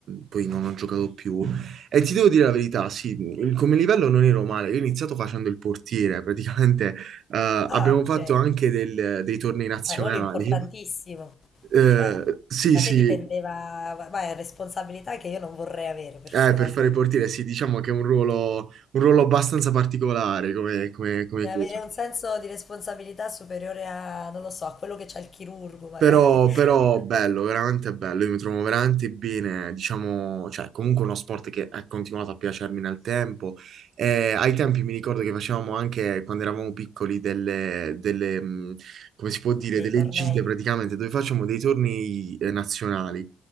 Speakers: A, on the right; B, on the left.
A: poi non ho giocato più. E ti devo dire la verità, sì, il- come livello non ero male, io ho iniziato facendo il portiere, praticamente eh,
B: Ah,
A: abbiamo fatto
B: ok.
A: anche del- dei tornei nazionali.
B: Un ruolo importantissimo.
A: Eh,
B: Cioè,
A: sì,
B: da
A: sì,
B: te dipendeva, ma è responsabilità che io non vorrei avere personalmente.
A: eh, per fare il portiere, sì, diciamo che è un ruolo, un ruolo abbastanza particolare come, come- come
B: E
A: cosa.
B: avere un senso di responsabilità superiore a, non lo so, a quello che c'ha il chirurgo magari,
A: Però,
B: <laughs>
A: però bello, veramente bello, io mi trovo veramente bene, diciamo, cioè comunque uno sport che è continuato a piacermi nel tempo. E ai tempi mi ricordo che facevamo anche, quando eravamo piccoli, delle, delle, mh, come si può dire,
B: nei
A: delle
B: tornei,
A: gite praticamente, dove facciamo dei tornei eh, nazionali.